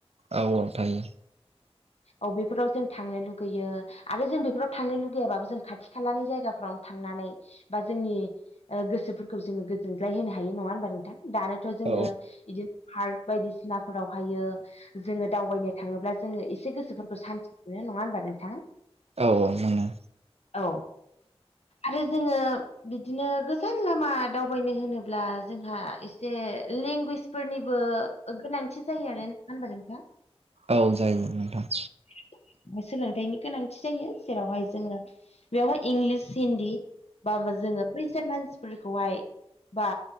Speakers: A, on the right (about 70°); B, on the left (about 75°).
A: औ औ थायो।
B: औ बेेफोराव जों थांनो लुगैयो। आरो जों बेफोराव थांनो लुगैयाबाबो जों खाथि खालानि जायगाफ्रावनो थांनानै बा जोंनि ओ गोसोफोरखौ जोङो गोजोनग्लाय होनो हायो नङा होमबा नोंथां दानोथ' जोङो
A: औ
B: इदि पार्क बायदिसिना फोरावहायो जोङो दावबायनो थाङोब्ला जोङो एसे गोसोफोरखौ सान्थि मोनो नङा होनबा नोंथां?
A: औ औ मोनो।
B: औ आरो जोङो बिदिनो गोजान लामा दावबायनो होनोब्ला जोंहा एसे लेंगुवेजफोरनिबो ओ गोनांथि जायो आरो नङा होनबा नोंथां?
A: औ जायो नोंथां।
B: <unintelligible> सोलोंथायनि गोनांथि जायो जेरावहाय जोङो बेवहाय इंलिस हिन्दी बा जोङो <unintelligible> <unintelligible> मानसिफोरखौहाय बा